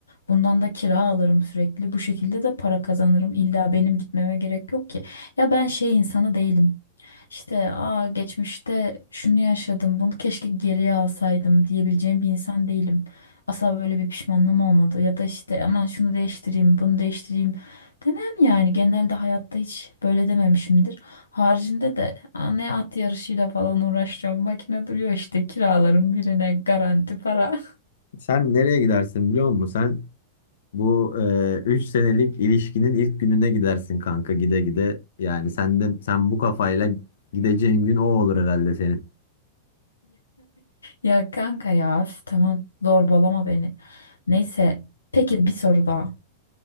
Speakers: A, on the left (about 75°); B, on the left (about 60°).
A: Bundan da kira alırım sürekli. Bu şekilde de para kazanırım. İlla benim gitmeme gerek yok ki. Ya ben şey insanı değilim. İşte aa geçmişte şunu yaşadım, bunu keşke geriye alsaydım diyebileceğim bir insan değilim. Asla böyle bir pişmanlığım olmadı. Ya da işte aman şunu değiştireyim, bunu değiştireyim. Demem yani genelde hayatta hiç böyle dememişimdir. Haricinde de "Aa, ne at yarışıyla falan uğraşacağım. Makine duruyor işte kiralarım birine garanti para. <laughs>
B: Sen nereye gidersin biliyor musun? Sen bu e, 3 senelik ilişkinin ilk gününe gidersin kanka gide gide. Yani sen de sen bu kafayla gideceğin gün o olur herhalde senin.
A: Ya kanka ya üf, tamam zorbalama beni. Neyse peki bir soru daha.